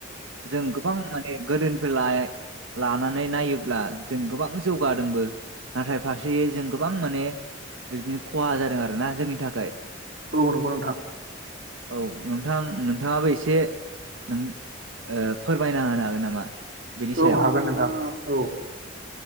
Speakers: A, on the right (about 80°); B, on the right (about 55°).
A: जों गोबां म गोदोनिफ्राय ला-लानानै नायोब्ला जों गोबां जौगादोंबो नाथाय फारसेयै जों गोबां माने बिबदिनो खहा जादों आरोना जोंनि थाखाय
B: औ नंगौ नोंथां।
A: औ नोंथां नोंथाङाबो एसे नों फोरमायना होनो हागोन नामा? बेनि
B: औ
A: सायाव
B: हागोन नोंथां औ।